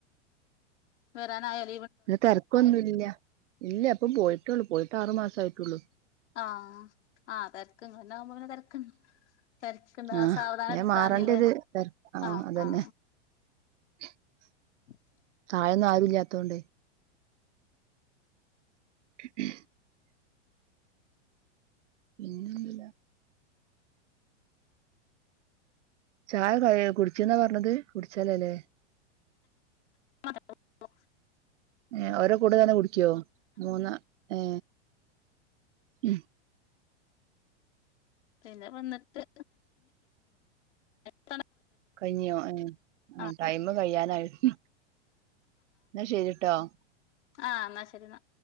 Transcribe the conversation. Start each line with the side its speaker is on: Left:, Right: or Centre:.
Left: വരാന <unintelligible>
Right: ഇന്നെ തിരക്കൊന്നുംല്ല ഇല്ല അപ്പൊ പോയിട്ടുള്ളു പോയിട്ട് ആറു മാസ ആയിട്ടുള്ളൂ
Left: ആ ആ തര <unintelligible> ക്ക തിരക്കണ്ട
Right: ആഹ്
Left: സാവധാനം
Right: വേം
Left: എടുത്താണ്ടല്ലേ
Right: മാറേണ്ട ഒരു തെര ആഹ്
Left: ആ
Right: അതന്നെ
Left: ആ
Right: <unintelligible>
Left: <unintelligible>
Right: തഴൊന്നും ആരുല്ലാത്തോണ്ടേ <unintelligible> പിന്നന്നില്ല ചായ ഒക്കെ കുടിച്ചന്നാ പറഞ്ഞത് കുടിച്ചാലേല്ലേ
Left: അ <unintelligible>
Right: ഏ ഓരോ കൂടെ തന്നെ കുടിക്കോ മൂന്ന ഏ ഉ
Left: പിന്നെ വന്നിട്ട് ക <unintelligible>
Right: കഴിഞ്ഞോ
Left: ആഹ്
Right: ആ ടൈം കഴിയാനായിരുന്നു എന്നാ ശരിരിട്ടാ ആഹ
Left: ആഹ എന്നാ ശരി എന്നാ